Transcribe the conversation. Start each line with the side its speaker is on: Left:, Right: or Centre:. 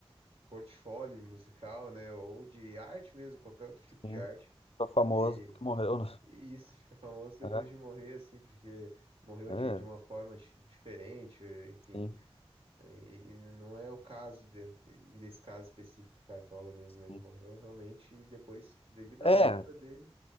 Right: portfólio musical, né? Ou de arte mesmo, qualquer outro tipo de
Left: sim.
Right: arte.
Left: Tá famoso
Right: E,
Left: porque morreu, né?
Right: e isso <laughs> fica famoso depois
Left: <laughs>
Right: de morrer, assim, porque morreu
Left: É, é,
Right: de, de uma forma di- diferente, enfim.
Left: sim,
Right: E não é o caso de- desse caso específico do Cartola mesmo, né? Ele
Left: sim.
Right: morreu realmente e depois, devido à
Left: É,
Right: obra dele.